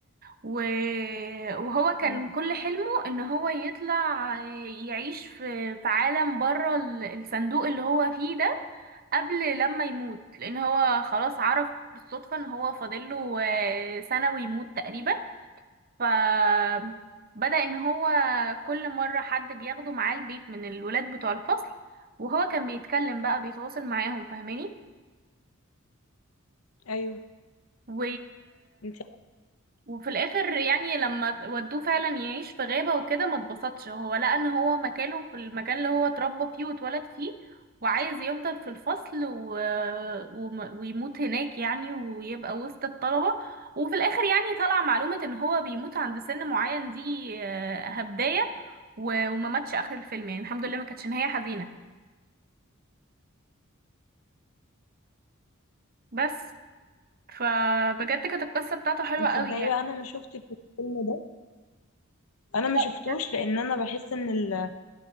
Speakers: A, on the right; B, on the left.
A: و... وهو كان
B: م.
A: كل حلمه ان هو يطلع آه، يعيش في في عالم بره ال- الصندوق اللي هو فيه ده قبل لما يموت لان هو خلاص عرف بالصدفة ان هو فاضله آه، سنة ويموت تقريبا فبدأ ان هو كل مرة حد بياخده معاه البيت من الولاد بتوع الفصل وهو كان بيتكلم بقى بيتواصل معاهم فاهماني
B: ايوه
A: و
B: انت
A: وفي الاخر يعني لما ودوه فعلا يعيش في غابة وكده ما اتبسطش هو لقى ان هو مكانه في المكان اللي هو اتربى فيه واتولد فيه وعايز يفضل في الفصل و... وم- ويموت هناك يعني ويبقى وسط الطلبة وفي الاخر يعني طلع معلومة ان هو بيموت عند سن معين دي آه، هبداية و... وما ماتش اخر الفيلم يعني الحمد لله ما كانتش نهاية حزينة بس فبجد كانت القصة بتاعته حلوة
B: انت
A: قوي
B: تصدقي
A: يعني
B: بقى انا ما شفتش الفيلم ده انا
A: لا
B: ما شفتوش
A: بجد
B: لان انا بحس ان ال...